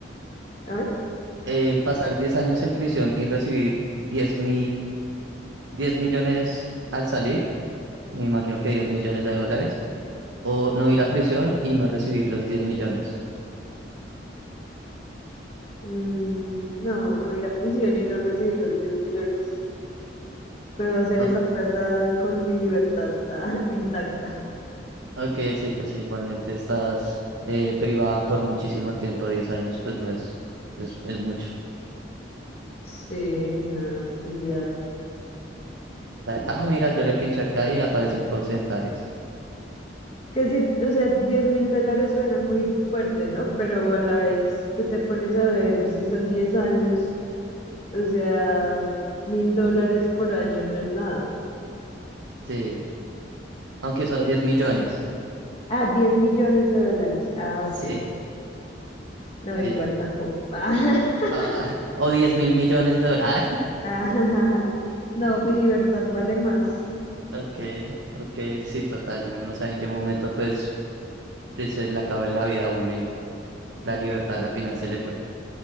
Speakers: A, on the left (about 30°); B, on the right (about 80°).
A: a ver,
B: eh, pasar 10 años en prisión y recibir 10 mil, 10 millones al salir, me imagino que 10 millones de dólares, o no ir a prisión y no recibir los diez millones.
A: mm, no, no ir a prisión y no recibir los 10 millones. Puedo hacer
B: Ah,
A: esa plata con mi libertad ah, <laughs> intacta.
B: ok, sí, pues igualmente estás eh, privada por muchísimo tiempo, 10 años, pues no es, es, es mucho.
A: Sí, no, olvídate.
B: Dale. Ah, mira, yo le pincho acá y aparecen porcentajes.
A: Que sí, o sea, diez mil dólares suena muy fuerte, ¿no? Pero a la vez, si tú te pones a ver si son 10 años, o sea, mil dólares por año no es nada.
B: Sí, aunque son diez millones.
A: Ah, 10 millones de dólares. Ah,
B: Sí,
A: ok. No,
B: sí.
A: igual tampoco. <laughs>
B: Ah, <laughs> o 10 mil millones de dólares.
A: Ah, ah, no,
B: <laughs>
A: mi libertad vale más.
B: Ok, ok, sí, total, uno no sabe en qué momento pues pues, se le acaba la vida a uno y la libertad a la final se le fue.